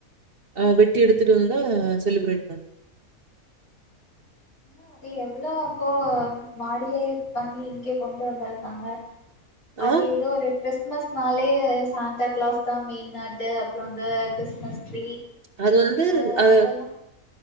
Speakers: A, on the right; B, on the left.
A: ஆஹ் வெட்டி எடுத்துட்டு வந்தா செலிப்ரேட் பண்ணு
B: <inaudible> அது எவ்ளோ அப்போ மாடிலே பண்ணி இங்கே கொண்டு வந்திருக்காங்க அது
A: ஆஹ்
B: ஏதோ ஒரு ட்ரெஸ் கிறிஸ்மஸ்னாலே சாந்தா க்ளாஸ் தான் மெயின் ஆட்டு அப்புறம் வந்து கிறிஸ்மஸ் ட்ரீ
A: அது வந்து
B: அ
A: அஹ
B: அதெல்லா